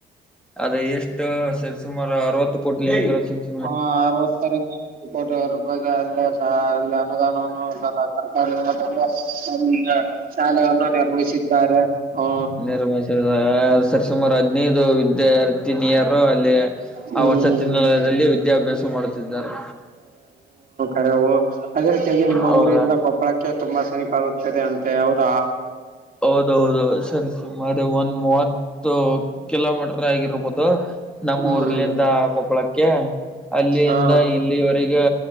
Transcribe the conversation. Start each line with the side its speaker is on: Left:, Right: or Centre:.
Centre: ಅದ ಎಷ್ಟು ಸರಿ ಸುಮಾರು ಅರವತ್ತು ಕೋಟ <unintelligible>
Right: ಹಾ ಅರವತ್ತರಿಂದ ನೂರು ಕೋಟಿ ರೂಪಾಯಗೆ ಅಂದಾಜ್ <unintelligible> ಈಗ ಅಲ್ಲ್ ಅನ್ನದಾನವನ್ನು <unintelligible> ಸರ್ಕಾರ <unintelligible> ಶಾಲೆಯನ್ನು ನಿರ್ಮಿಸಿದ್ದಾರೆ. ಹ
Centre: ನಿರ್ಮಿಸದ ಸರಿ ಸುಮಾರು ಹದ್ನೈದು ವಿದ್ಯಾರ್ಥಿನಿಯರು ಅಲ್ಲಿ
Right: ಹ್ಮ್
Centre: ಆ ವಸತಿನೀಲಯದಲ್ಲಿ ವಿದ್ಯಾಭ್ಯಾಸ ಮಾಡುತ್ತಿದ್ದಾರೆ.
Right: ಅರೆ ಓ ಅದೆ ರೀತಿಯಾಗಿ ನಿಮ್ಮ
Centre: ಹೌದಾ
Right: ಊರಿಂದ ಕೊಪ್ಪಳಕ್ಕೆ ತುಂಬಾ ಸನಿಪ ಆಗುತ್ತದೆ ಅಂತೆ ಹೌರ.
Centre: ಹೌದೌದು ಸರಿ ಸುಮಾರು ಒಂದ್ ಮೂವತ್ತು. ಕಿಲೋಮೀಟರ್ ಆಗಿರ್ಬೋದು ನಮ್ಮ
Right: ಹ್ಮ್
Centre: ಊರಲ್ಲಿಂದ ಕೊಪ್ಪಳಕ್ಕೆ. ಅಲ್ಲಿಯಂದ
Right: ಹಾ
Centre: ಇಲ್ಲಿವರೆಗೆ